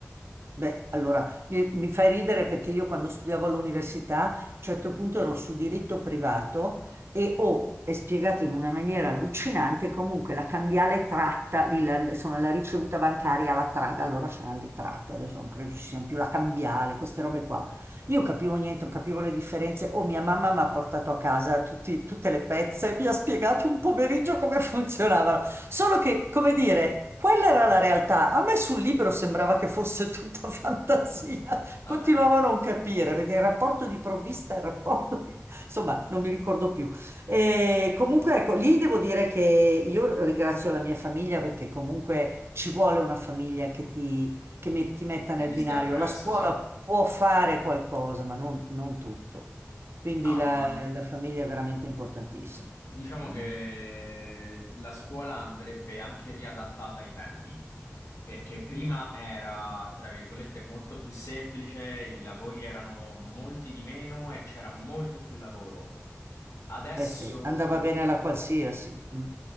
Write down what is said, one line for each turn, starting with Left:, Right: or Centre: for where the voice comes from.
Right: Beh, allora, mi, mi fai ridere perché io quando studiavo all'università, a un certo punto ero su diritto privato e ho, è spiegato in una maniera allucinante, comunque la cambiale tratta, lì la, insomma, la ricevuta bancaria, la tratta, allora c'erano le tratte, adesso non credo ci siano più la cambiale, queste robe qua. Io capivo niente, non capivo le differenze. O mia mamma mi ha portato a casa tutti- tutte le pezze e mi ha spiegato un pomeriggio come <laughs> funzionavano. Solo che, come dire, quella era la realtà. A me sul libro sembrava che fosse tutta <laughs> fantasia.
Left: Vabbè,
Right: Continuavo a non capire perché il rapporto di provvista, il rapporto di- <laughs> Insomma, non mi ricordo più. E comunque, ecco, lì devo dire che io ringrazio la mia famiglia perché comunque ci vuole una famiglia che ti che mi- ti metta
Left: che
Right: nel
Left: ti
Right: binario.
Left: stia appresso,
Right: La scuola
Left: sì.
Right: può fare qualcosa, ma non, non tutto. Quindi
Left: No,
Right: la,
Left: ma
Right: la famiglia è veramente importantissima.
Left: diciamo
Right: Mm.
Left: che la scuola andrebbe anche riadattata ai tempi. Perché prima era, tra virgolette, molto più semplice, i lavori erano molti di meno e c'era molto più lavoro. Adesso,
Right: Eh sì, andava bene la qualsiasi. Mm.